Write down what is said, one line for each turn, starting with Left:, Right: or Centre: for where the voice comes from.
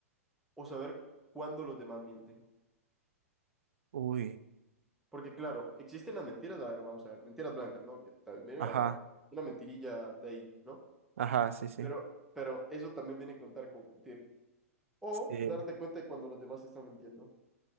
Centre: o saber cuándo los demás mienten?
Right: Uy,
Centre: Porque, claro, existen las mentiras, a ver, vamos a ver, mentiras blancas, ¿no? Que tal vez, mira,
Right: ajá,
Centre: una mentirilla de ahí, ¿no?
Right: ajá, sí, sí.
Centre: Pero, pero eso también viene a contar como mentir. O
Right: Sí,
Centre: darte cuenta de cuando los demás te están mintiendo.